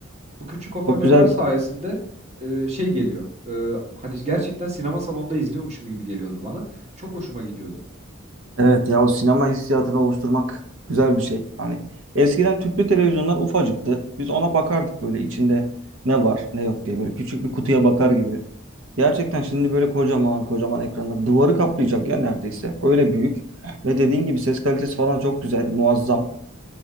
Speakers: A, on the right; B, on the right.
A: Bu küçük hoparlörler
B: Çok güzel. Evet.
A: sayesinde e, şey geliyor. E, hani gerçekten sinema salonunda izliyormuşum gibi geliyordu bana. Çok hoşuma gidiyordu.
B: Evet ya o sinema hissiyatını oluşturmak güzel bir şey. Hani eskiden tüplü televizyonlar ufacıktı. Biz ona bakardık böyle içinde ne var ne yok diye böyle küçük bir kutuya bakar gibi. Gerçekten şimdi böyle kocaman kocaman ekranlar duvarı kaplayacak ya neredeyse. Öyle büyük. Ve dediğin gibi ses kalitesi falan çok güzel, muazzam.